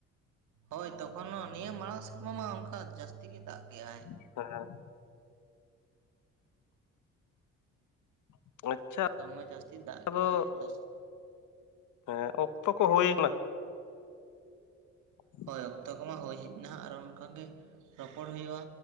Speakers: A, on the right; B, on the left.
A: ᱦᱳᱭ ᱛᱚᱠᱷᱚᱱ ᱦᱚ ᱱᱤᱭᱟᱹ ᱢᱟᱲᱟᱝ ᱥᱮᱨᱢᱟ ᱢᱟ ᱚᱝᱠᱟ ᱡᱟᱹᱥᱛᱤ ᱜᱮ ᱫᱟᱜ ᱜᱮ ᱟᱭ᱾
B: ᱦᱮᱸ ᱦᱮᱸ᱾ <unintelligible>
A: ᱫᱚᱢᱮ ᱡᱟᱹᱥᱛᱤ ᱫᱟᱜ
B: ᱟᱫᱚ
A: ᱜᱮ ᱟᱭ ᱞᱚᱥᱚᱫ
B: ᱦᱮᱸ ᱚᱠᱛᱚ ᱠᱚ ᱦᱳᱭᱱᱟ᱾ <inaudible>
A: ᱦᱳᱭ ᱚᱠᱛᱚ ᱠᱚᱢᱟ ᱦᱳᱭ ᱦᱮᱜ ᱱᱟᱦᱟᱜ ᱟᱨᱚ ᱚᱝᱠᱟᱜ ᱜᱮ ᱨᱚᱯᱚᱲ ᱦᱳᱭᱳᱜᱼᱟ᱾